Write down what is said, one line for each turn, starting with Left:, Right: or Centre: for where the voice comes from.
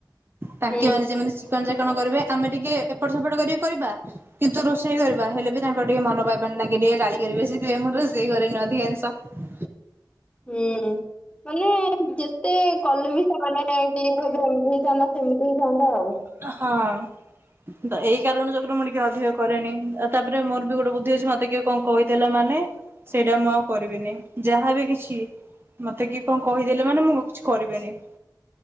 Right: ତାଙ୍କେ
Left: ହୁଁ
Right: ମାନେ ଯେମିତି ଚିକଣ ଚା ଚିକଣ କରିବେ ଆମେ ଟିକେ ଏପଟ ସେପଟ କରିକି କରିବା। କିନ୍ତୁ ରୋଷେଇ କରିବା ହେଲେ ବି ତାଙ୍କ ଟିକେ ମନ ପାଇବନି ତାଙ୍କେ ଟିକେ ଗାଳି କରିବେ, ସେଥି ପାଇଁ ମୁଁ ରୋଷେଇ କରେନି ଅଧି <unintelligible>
Left: ହୁଁ ମାନେ ଯେତେ କଲେ ବି ସେମାନେ। ଟି ହେବ ଏମିତି ହେଇଥାନ୍ତା ସେମିତି ହେଇଥାନ୍ତା ଆଉ।
Right: ହଁ। ତ ଏଇ କାରଣ ଯୋଗରୁ ମୁଁ ଟିକେ ଅଧିକ କରେନି ଆଉ ତାପରେ ମୋର ବି ଗୋଟେ ବୁଦ୍ଧି ଅଛି ମତେ କିଏ କଁ କହିଦେଲା ମାନେ। ସେଇଟା ମୁଁ ଆଉ କରିବିନି, ଯାହାବି କିଛି। ମତେ କିଏ କଁ କହିଦେଲେ ମାନେ ମୁଁ ଆଉ କିଛି କରିବିନି।